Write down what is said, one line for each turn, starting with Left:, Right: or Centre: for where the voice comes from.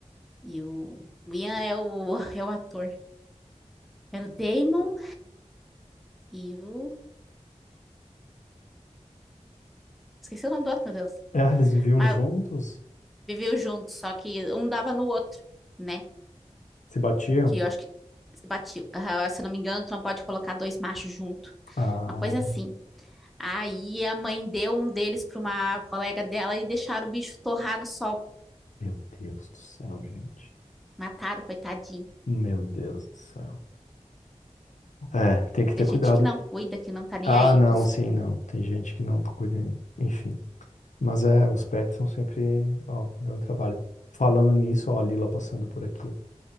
Centre: E o, o Ian é o, <laughs> é o ator. Era o Damon e o. Esqueci o nome do outro, meu Deus.
Left: Ah, eles viviam
Centre: Mas
Left: juntos?
Centre: viveu junto, só que um dava no outro, né?
Left: Se batiam?
Centre: Que eu acho que batiu. Ah, Se eu não me engano, tu não pode colocar dois machos junto.
Left: Ah,
Centre: Uma coisa assim. Aí a mãe deu um deles para uma colega dela e deixaram o bicho torrar no sol.
Left: meu Deus do céu, gente.
Centre: Mataram, coitadinho.
Left: Meu Deus do céu. É, tem que
Centre: Tem
Left: ter
Centre: gente
Left: cuidado.
Centre: que não cuida, que não tá nem
Left: Ah,
Centre: aí
Left: não,
Centre: pros...
Left: sim,
Centre: O
Left: não. Tem gente que não cuida, enfim. Mas é, os pets são sempre, ó, dando trabalho. Falando nisso, ó, a Lila passando por aqui.